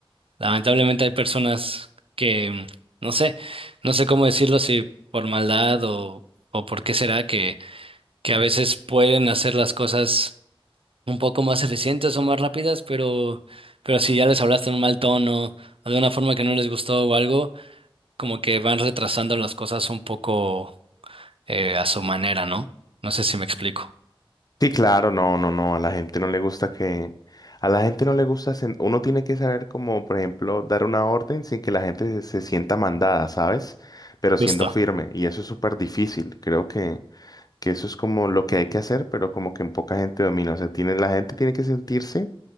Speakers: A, on the right; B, on the left.
A: lamentablemente hay personas que, no sé, no sé cómo decirlo, si por maldad o, o por qué será que que a veces pueden hacer las cosas un poco más eficientes o más rápidas, pero, pero si ya les hablaste en un mal tono o de una forma que no les gustó o algo, como que van retrasando las cosas un poco eh, a su manera, ¿no? No sé si me explico.
B: Sí, claro, no, no, no, a la gente no le gusta que, a la gente no le gusta, sen- uno tiene que saber como, por ejemplo, dar una orden sin que la gente se, se sienta mandada, ¿sabes? Pero siendo
A: Justo.
B: firme, y eso es súper difícil, creo que, que eso es como lo que hay que hacer, pero como que en poca gente domina, o sea, tiene, la gente tiene que sentirse,